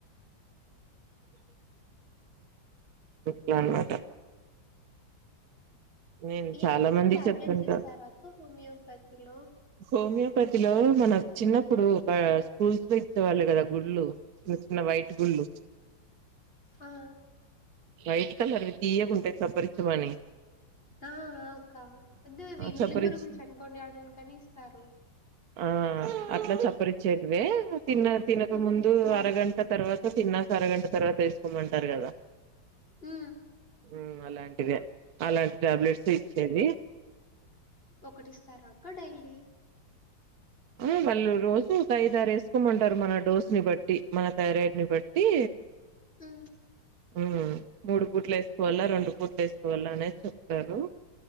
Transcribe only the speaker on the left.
ఏంటికు
టాబ్లెట్స్
ఇస్తారాక హోమియోపతి లో
హా
ఆ అ అక్క అదోవి నులి
పురుగులు చనిపోనీడానికి ఇస్తారు
హ్మ్.
మ్
ఒకటి ఇస్తారా అక్కడైల్లీ
హ్మ్.